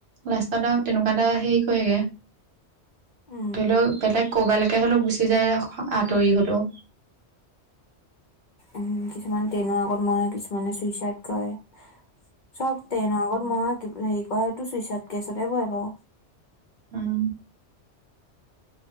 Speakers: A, on the right (about 65°); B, on the left (about 55°).
A: লাষ্টত আৰু তেনেকুৱা এটা সেই- হয়গে।
B: উম
A: ধৰি লওঁক বেলেগ- ক'ৰবালৈকে হ'লেও গুচি যায় আঁতৰি হ'লেও।
B: উম, কিছুমান ট্ৰেইনৰ আগত মৰে, কিছুমানে চুই-চাইদ কৰে। চব ট্ৰেইনৰ আগত মৰা, হেৰি কৰা এইটো চুইচ চাইদ কেছতে পৰে বাৰু।
A: উম।